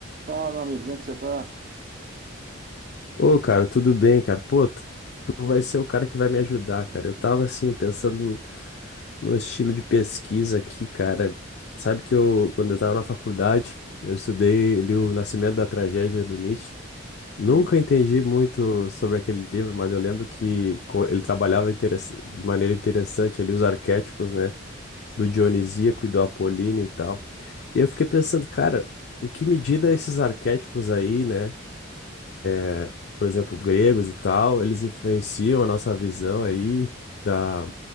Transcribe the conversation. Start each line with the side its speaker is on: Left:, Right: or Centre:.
Right: Fala, meu amigo, como é que você tá?
Left: Ô, cara, tudo bem, cara? Pô, tu tu vai ser o cara que vai me ajudar, cara. Eu tava assim, pensando num num estilo de pesquisa aqui, cara. Sabe que eu, quando eu tava na faculdade, eu estudei li O Nascimento da Tragédia do Nietzsche. Nunca
Right: Hum,
Left: entendi muito sobre aquele livro, mas eu lembro que co- ele trabalhava interess- de maneira interessante ali os arquétipos, né? Do Dionisíaco e do Apolíneo e tal. E eu fiquei pensando, cara, em que medida esses arquétipos aí, né? É, por exemplo, gregos e tal, eles influenciam a nossa visão aí da,